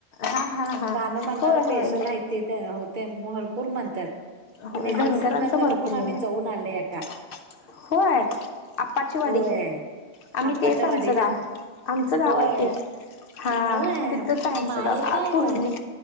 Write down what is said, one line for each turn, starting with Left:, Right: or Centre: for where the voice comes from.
Left: हा हा हा
Right: गाणं म्हणणार
Left: होय
Right: पेशल
Left: होय
Right: आहेत ते हो ते भरपूर म्हणत्यात.
Left: होय
Right: आणि हालसिध्दनाथाला
Left: धनगरांचं भरपूर
Right: पण
Left: हे
Right: आम्ही
Left: आहे
Right: जाऊन आलया.
Left: होय आप्पाचीवाडी
Right: होय.
Left: आम्ही
Right: आप्पाच्या
Left: तेच आमचं
Right: वाडीला
Left: गाव, आमचं गाव
Right: होय
Left: आहे ते. हा
Right: होय
Left: तिथंच हाय आमचं
Right: माहेर
Left: गाव
Right: काय
Left: आ कुर्ली.